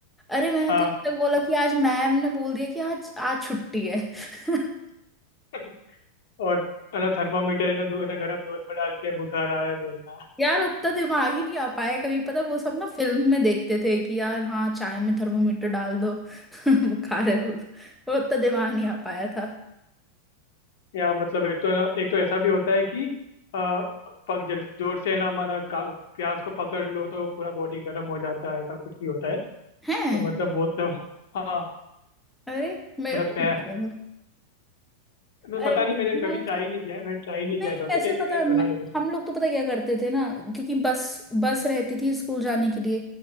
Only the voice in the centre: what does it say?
अरे मैंने
तो ये तक बोला कि आज मैम ने बोल दिया कि आज आज छुट्टी है <laughs>
यार उतना दिमाग ही नहीं आ पाया कभी पता वो सब ना फिल्म में देखते थे कि यार हाँ चाय में थर्मोमीटर डाल दो <laughs> बुखार है बोल दो। वो उतना दिमाग नहीं आ पाया था
हैं
अरे मेरे
को
नहीं पता
अरे,
मैं
तो
नहीं
वैसे
पता
है,
मैं-
हम लोग तो पता क्या करते थे ना क्योंकि बस बस रहती थी स्कूल जाने के लिए